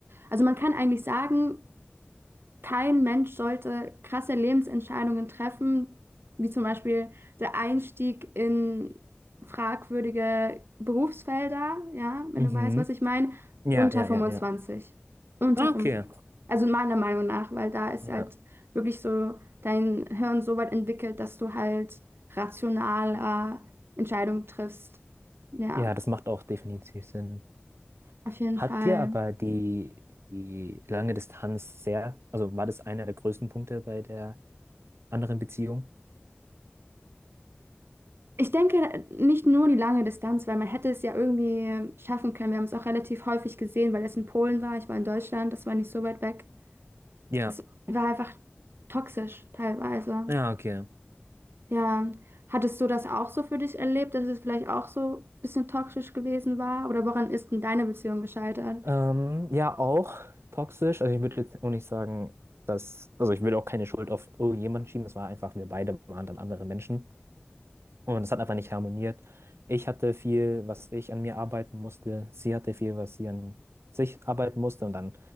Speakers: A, on the right (about 65°); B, on the right (about 90°).
A: also man kann eigentlich sagen, kein Mensch sollte krasse Lebensentscheidungen treffen, wie zum Beispiel der Einstieg in fragwürdige Berufsfelder, ja, wenn
B: Mhm.
A: du weißt, was ich meine,
B: Ja,
A: unter
B: ja,
A: 25,
B: ja, ja.
A: Unter
B: Ah,
A: vom,
B: Okay.
A: also meiner Meinung nach, weil da ist
B: Ja.
A: halt wirklich so dein Hirn so weit entwickelt, dass du halt rational äh, Entscheidungen triffst. Ja,
B: Ja, das macht auch definitiv Sinn.
A: auf jeden
B: Hat
A: Fall.
B: dir aber die, die lange Distanz sehr, also war das einer der größten Punkte bei der anderen Beziehung?
A: Ich denke nicht nur die lange Distanz, weil man hätte es ja irgendwie schaffen können. Wir haben es auch relativ häufig gesehen, weil es in Polen war. Ich war in Deutschland, das war nicht so weit weg.
B: Ja,
A: Es war einfach toxisch teilweise.
B: ja, okay.
A: Ja, hattest du das auch so für dich erlebt, dass es vielleicht auch so ein bisschen toxisch gewesen war? Oder woran ist denn deine Beziehung gescheitert?
B: Ähm, ja, auch toxisch. Also ich würde jetzt auch nicht sagen, dass, also ich würde auch keine Schuld auf irgendjemanden schieben. Es war einfach, wir beide waren dann andere Menschen. Und es hat einfach nicht harmoniert. Ich hatte viel, was ich an mir arbeiten musste. Sie hatte viel, was sie an sich arbeiten musste. Und dann,